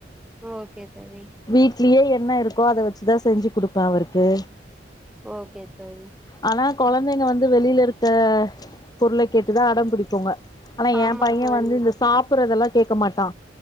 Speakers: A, in the centre; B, on the left.
A: ஓகே தோழி
B: வீட்லயே என்ன இருக்கோ அத வெச்சுதா செஞ்சு குடுப்ப அவருக்கு
A: ஓகே தோழி
B: ஆனா கொழந்தைங்க வந்து வெளில இருக்க பொருளை கேட்டுதா அடம் புடிக்குங்க ஆனா
A: ஆமா
B: எம் பைய
A: தோழி
B: வந்து இந்த சாப்புறதெல்லா கேக்க மாட்டா